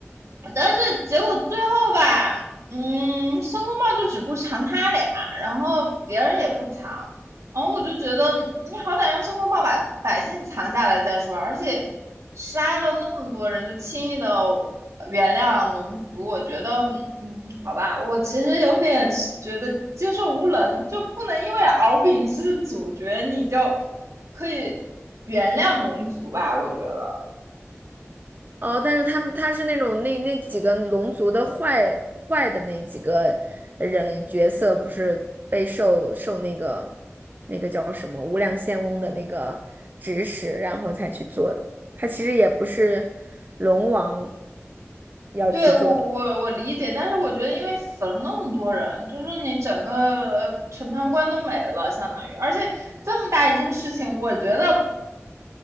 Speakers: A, on the right; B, on the right.
A: 但是结果最后吧，嗯，申公豹就只顾藏他俩，然后别人也不藏，然后我就觉得你好歹让申公豹把百姓藏下来再说，而且杀了那么多人就轻易的原谅龙族，我觉得，嗯，好吧，我其实有点觉得接受无能，就不能因为敖丙是主角你就可以原谅龙族吧，我觉得。
B: 哦，但是他们他是那种那那几个龙族的坏坏的那几个人角色，不是被受受那个那个叫什么无量仙翁的那个指使，然后才去做的。他其实也不是龙王要去做的。
A: 对，我我我理解，但是我觉得，因为死了那么多人，就是你整个呃全判官都没了，相当于，而且这么大一件事情，我觉得